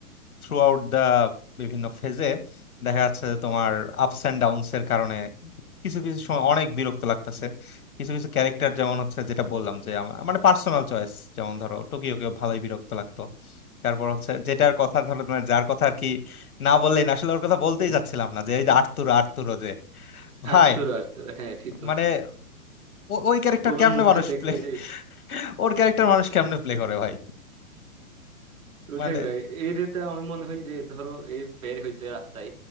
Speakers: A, on the left; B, on the right.
A: থ্রু আউট দা বিভিন্ন ফেজে দেখা যাচ্ছে যে তোমার আপস এন্ড ডাউনস এর কারণে কিছু কিছু সময় অনেক বিরক্ত লাগতেছে কিছু কিছু ক্যারেক্টার যেমন হচ্ছে যেটা
B: হুম।
A: বললাম যে আমার মানে পার্সোনাল চয়েস যেমন ধরো টোকিওকেও ভালোই বিরক্ত লাগতো তারপর হচ্ছে যেটার কথা ধরো তোমার যার কথা আর কি না বললেই না আসলে ওর কথা বলতেই যাচ্ছিলাম না যে এই
B: হুম।
A: যে আর্তুরো আর্তুরো যে ভাই
B: আর্থুর আর্থুর হ্যাঁ ঠিক বলছেন
A: মানে ও- ওই ক্যারেক্টার
B: ওর
A: কেমনে
B: মুখটা
A: মানুষ
B: দেখলে
A: প্লে ওর ক্যারেক্টার মানুষ কেমনে প্লে করে ভাই
B: ওঠাই
A: মানে
B: ভাই এর এতে আমি মনে হয় যে ধরো এ বের হইছে রাস্তায়